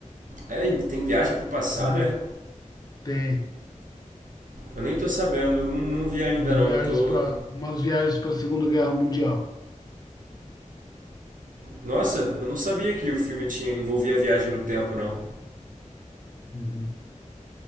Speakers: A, on the right; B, on the left.
A: É, tem viagem pro passado,
B: É,
A: é?
B: tem
A: Eu nem tô sabendo. Não, não vi ainda
B: umas
A: não.
B: viagens
A: Tô,
B: para umas viagens para a Segunda Guerra Mundial.
A: Nossa, eu não sabia que o filme tinha envolvia viagem no tempo, não.
B: Uhum.